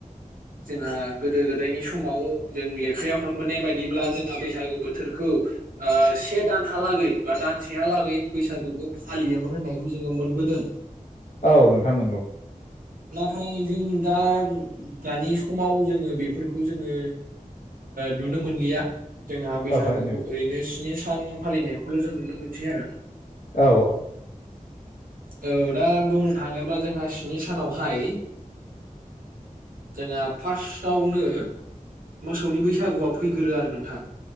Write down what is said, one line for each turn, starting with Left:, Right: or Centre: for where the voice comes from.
Right: जोंहा गोदो गोदायनि समाव जों लेख आखायाव मोनबोनाय बायदिब्ला जोंहा बैसागु बोथोरखौ से दानहालागै बा दानसेहालागै बैसागुखौ फालियोमोन होननायखौ जोङो मोनबोदों
Left: औ नोंथां नंगौ
Right: नाथाय जों दा दानि समाव जोङो बेफोरखौ जोङो नुनो मोनलिया जोंहा बैसागुखौ
Left: औ हो नों
Right: ओरैनो स्नि सान फालिनायखौल' जों नुनो मोनसै आरो
Left: औ औ
Right: औ दा बुंनो थाङोब्ला जोंहा स्नि सानावहाय जोंहा फार्स्टआवनो मोसौनि बैसागुआ फैग्रो आरो नोंथां